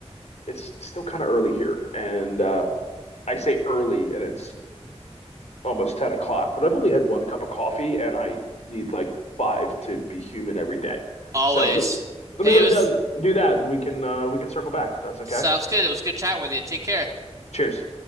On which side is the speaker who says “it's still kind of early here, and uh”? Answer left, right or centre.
Left